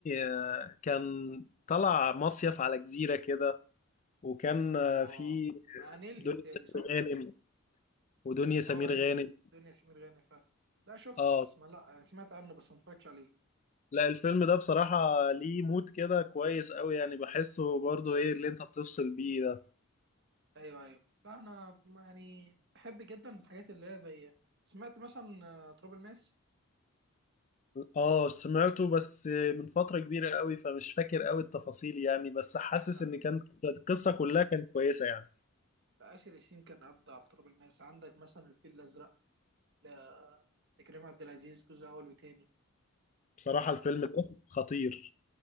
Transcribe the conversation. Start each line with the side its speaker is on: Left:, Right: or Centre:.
Left: آه، كان طلع مصيف على جزيرة كده وكان آه،
Right: اه
Left: في
Right: مع نيلي
Left: دنيا
Right: بتالي
Left: سمير
Right: صح
Left: غانم ودنيا سمير
Right: اه ايمي
Left: غانم
Right: دنيا سمير غانم فعلا لا شفته
Left: اه
Right: بس ما لا يعني سمعت عنه بس ما اتفرجتش عليه
Left: لا الفيلم ده بصراحة ليه مود كده كويس قوي يعني بحسه برضو ايه اللي انت بتفصل بيه ده
Right: ايوه ايوه لا انا يعني بحب جدا الحاجات اللي هي زي سمعت مثلا آه، تراب الماس
Left: اه سمعته بس من فترة كبيرة قوي فمش فاكر قوي التفاصيل يعني بس حاسس
Right: لا
Left: ان كانت القصة كلها كانت كويسة يعني
Right: آسر ياسين كان أبدع في تراب الماس عندك مثلا الفيل الأزرق لا- لكريم عبد العزيز جزء أول وتاني
Left: بصراحة
Right: آه
Left: الفيلم ده خطير